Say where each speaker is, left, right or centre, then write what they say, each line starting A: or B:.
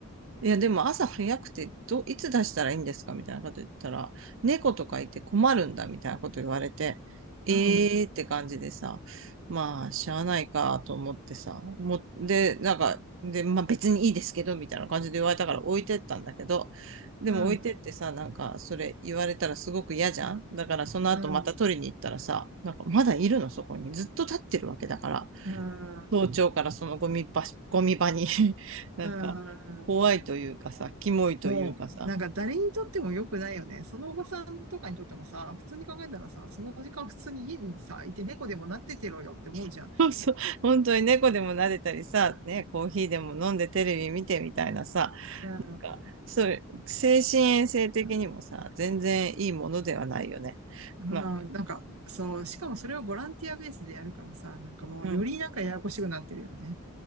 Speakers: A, on the right (about 60°); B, on the right (about 75°).
A: いや、でも朝早くて、ど、いつ出したらいいんですかみたいなこと言ったら、猫とかいて困るんだみたいなこと言われて、えーって感じでさ、
B: う、うん、
A: まあ、しゃあないかと思ってさ、も、で、なんか、で、まあ別にいいですけど、みたいな感じで言われたから置いてったんだけど、でも置いてってさ、
B: うん、
A: なんか、それ言われたらすごく嫌じゃんだからその後また取りに行ったらさ、
B: うん、
A: なんかまだいるのそこに。ずっと立ってるわけだから。
B: うん、
A: 早朝からそのゴミ場、<laughs> ゴミ場に <laughs> なんか、
B: うん、
A: 怖いというかさ、キモいというかさ、
B: もう、なんか誰にとっても良くないよね。そのおばさんとかにとってもさ、普通に考えたらさ、その時間普通に家にさ、いて猫でもなっててろよって思うじゃん。
A: <laughs> そうそう本当に猫でも撫でたりさ、ね、コーヒーでも飲んでテレビ見てみたいなさ、
B: うん。
A: なんかそれ精神衛生的にもさ、全然いいものではないよね。
B: ああ、
A: なんか、
B: なんか、そう、しかもそれをボランティアベースでやるからさ、なんかもうよりなんかややこしくなってるよね。
A: うん。